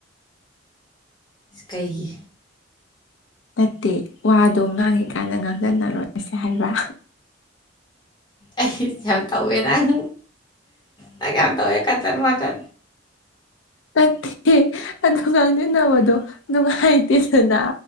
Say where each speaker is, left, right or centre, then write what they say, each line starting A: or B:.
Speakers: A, on the left; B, on the left.
A: ꯀꯩꯒꯤ
B: ꯅꯠꯇꯦ ꯋꯥꯗꯣ ꯉꯥꯡꯉꯤꯀꯥꯟꯗ ꯉꯥꯡꯖꯟꯅꯔꯣꯏꯁꯦ ꯍꯥꯏꯕ
A: ꯑꯩ ꯌꯥꯝ ꯇꯧꯋꯦ ꯅꯪ ꯅꯪ ꯌꯥꯝ ꯇꯧꯋꯦ ꯀꯗ꯭ꯔ ꯃꯥꯗ꯭ꯔ
B: ꯅꯠꯇꯦ ꯑꯗꯨ ꯉꯪꯃꯤꯟꯅꯕꯗꯣ ꯅꯨꯡꯉꯥꯏꯇꯦꯗꯅ